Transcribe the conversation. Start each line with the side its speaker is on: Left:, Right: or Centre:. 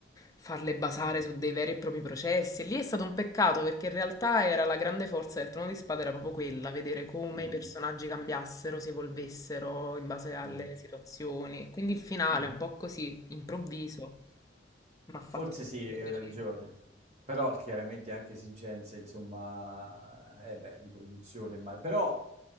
Left: farle basare
Right: mm,
Left: su dei veri e propri processi. E lì è stato un peccato perché in realtà era la grande forza del Trono di Spada, era proprio quella, vedere come
Right: mm.
Left: i personaggi cambiassero, si evolvessero in base alle
Right: mm.
Left: situazioni. Quindi il finale
Right: Mhm.
Left: è un po' così, improvviso, mi ha fatto
Right: Forse
Left: un
Right: sì,
Left: po' dispiacere.
Right: hai ragione. Però chiaramente anche esigenze, insomma, eh beh, di produzione, ma però